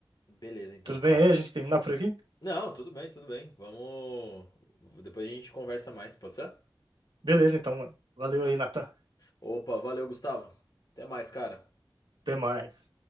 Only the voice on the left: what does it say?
Beleza, então,
cara.
Não, tudo bem, tudo bem. Vamos. Depois a gente conversa mais, pode ser?
Opa, valeu, Gustavo. Até mais, cara.